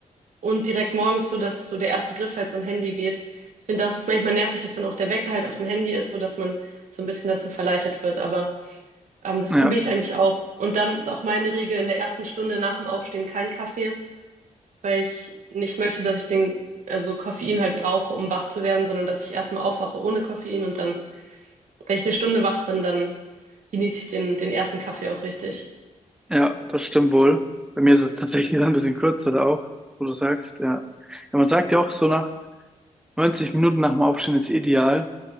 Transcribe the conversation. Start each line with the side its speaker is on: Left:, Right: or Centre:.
Right: und direkt morgens so, dass so der erste Griff halt zum Handy geht. Ich finde, das ist manchmal nervig, dass dann auch der Wecker halt auf dem Handy ist, so dass man so ein bisschen dazu verleitet wird. Aber ähm, das
Centre: ja,
Right: probiere ich eigentlich auch. Und dann ist auch meine Regel in der ersten Stunde nach dem Aufstehen kein Kaffee. weil ich nicht möchte, dass ich den, also Koffein halt brauche, um wach zu werden, sondern dass ich erstmal aufwache ohne Koffein und dann, wenn ich eine Stunde wach bin, dann genieße ich den, den ersten Kaffee auch richtig.
Centre: Ja, das stimmt wohl. Bei mir ist es tatsächlich <laughs> dann ein bisschen kürzer da auch, wo du sagst, ja. Ja, man sagt ja auch so nach 90 Minuten nach dem Aufstehen ist ideal.